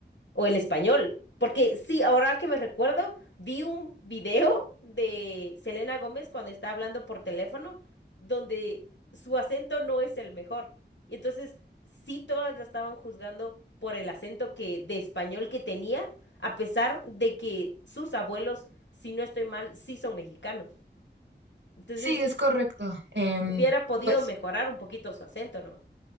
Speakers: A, on the left; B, on the right.
A: O el español. Porque sí, ahora que me recuerdo, vi un video de Selena Gómez cuando está hablando por teléfono, donde su acento no es el mejor. Y entonces, sí, todas la estaban juzgando por el acento que, de español que tenía, a pesar de que sus abuelos, si no estoy mal, sí son mexicanos. Entonces,
B: sí, es correcto. em,
A: hubiera podido
B: pues
A: mejorar un poquito su acento, ¿no?